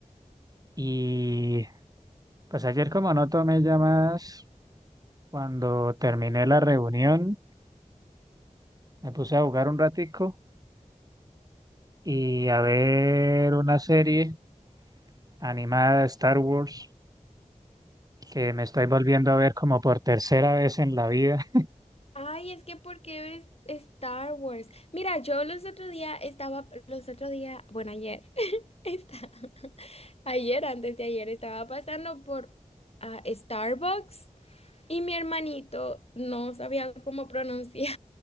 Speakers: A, on the right; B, on the left.
A: Y pues ayer como no tomé llamadas, cuando terminé la reunión, me puse a jugar un ratico y a ver una serie animada de Star Wars que me estoy volviendo a ver como por tercera vez en la vida.
B: Ay, es que ¿por qué ves Star Wars? Mira, yo los otro día estaba, los otro día, bueno, ayer, <laughs> está, ayer, antes de ayer, estaba pasando por ah, Starbucks y mi hermanito no sabía cómo pronunciar